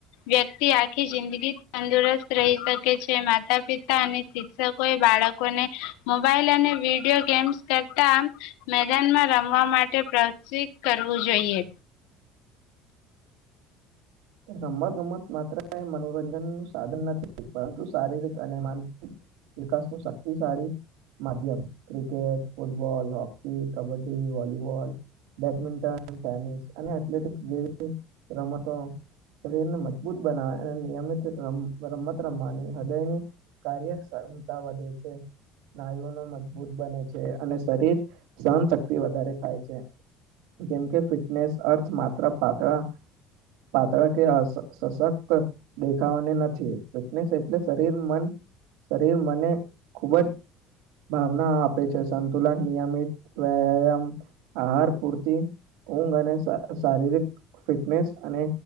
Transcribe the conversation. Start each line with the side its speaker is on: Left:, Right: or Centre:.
Left: વ્યક્તિ આખી જિંદગી તંદુરસ્ત રહી શકે છે માતા પિતા અને શિક્ષકો મએ બાળકોને મોબાઈલ અને વિડીયો ગેમ્સ કરતા મેદાનમાં રમવા મા પ્રોતસિત કરવું જોઈએ.
Right: રમતગમત માત્ર મનોરંજનનું સાધન નથી પરંતુ શારીરિક અને માનસિક વિકાસનું શક્તિશાળી માધ્યમ cricket, football, hockey, kabaddi, volleyball badminton, tennis અને એથલેટિકસ જેવી રમતો શરીરને મજબૂત બનાવવા અને નિયમિત ર રમત રમવાની હૃદયની કાર્યક્ષમતા વધે છે નાયઓનો મજબૂત બને છે અને શરીર સહનશક્તિ વધારે થાય છે જેમકે ફિટનેસ અર્થ માત્ર પાતળા પાતળા કે સશક્ત દેખાવાને નથી ફિટનેસ એટલે શરીર, મન શરીર મને ખૂબ જ ભાવના આપે છે સંતુલન નિયમિત વ્યામ, આહાર, પૂરતી ઊંઘ અને શારીરિક ફિટનેસ અને